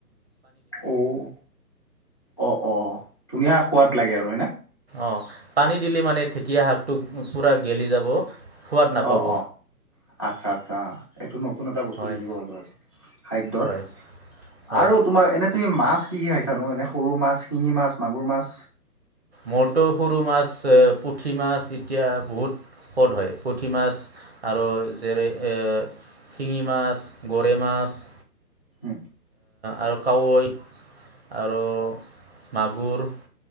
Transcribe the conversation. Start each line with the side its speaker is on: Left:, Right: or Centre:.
Left: উ, অ', অ', অ' ধুনীয়া সো ৱাদ লাগে, আৰু হয় না
Right: অ', পানী দিলে, মানে, ঢেকীয়া শাকটো পুৰা গেলি যাব। সোৱাদ নাপাব
Left: অ', অ'। আচ্ছা, আচ্ছা! এইটো নতুন এটা বস্তু
Right: হয়
Left: শিকিব পালোঁ আজি। খাদ্যৰ,
Right: হয় হয়
Left: আৰু তোমাৰ এনে তুমি মাছ কি কি খাইছা নো? এনে সৰু মাছ শিঙি মাছ, মাগুৰ মাছ।
Right: মোৰতো সৰু মাছ, পুঠি মাছ, এতিয়া বহুত পদ হয়, পুঠি মাছ, আৰু যেৰে এই শিঙি মাছ। গৰে মাছ।
Left: হু
Right: আৰু কাৱৈ আৰু মাগুৰ।